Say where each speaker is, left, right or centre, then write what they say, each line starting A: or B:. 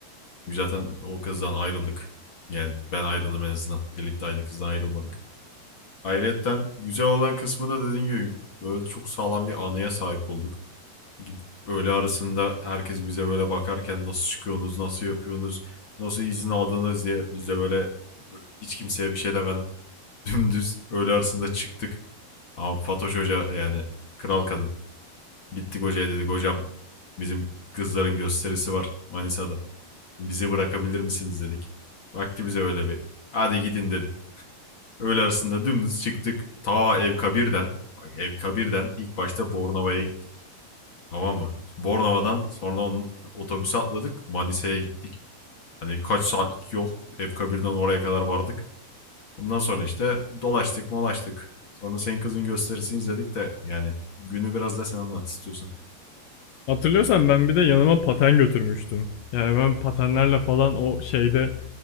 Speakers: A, on the left (about 40°); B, on the left (about 70°).
A: Çünkü Zaten o kızdan ayrıldık. Yani ben ayrıldım en azından. Birlikte aynı kızdan ayrılmadık. Ayrıyetten güzel olan kısmı da dediğim gibi böyle çok sağlam bir anıya sahip olduk. Gidip öğle arasında herkes bize böyle bakarken nasıl çıkıyorsunuz, nasıl yapıyorsunuz, nasıl izin aldınız diye bize böyle, böyle hiç kimseye bir şey demeden Dümdüz öğle arasında çıktık. Ama Fatoş Hoca yani kral kadın. Gittik hocaya dedik hocam bizim kızların gösterisi var Manisa'da. Bizi bırakabilir misiniz dedik. Baktı bize öyle bir hadi gidin dedi. Öğle arasında dümdüz çıktık. Ta Evkabir'den bak Evkabir'den ilk başta Bornova'ya gittik. Tamam mı? Bornova'dan sonra onun otobüse atladık Manisa'ya gittik. Hani kaç saatlik yol Evkabir'den oraya kadar vardık. Ondan sonra işte dolaştık molaştık. Sonra senin kızın gösterisini izledik de yani günü biraz da sen anlat istiyorsan.
B: Hatırlıyorsan ben bir de yanıma paten götürmüştüm. Yani ben patenlerle falan o şeyde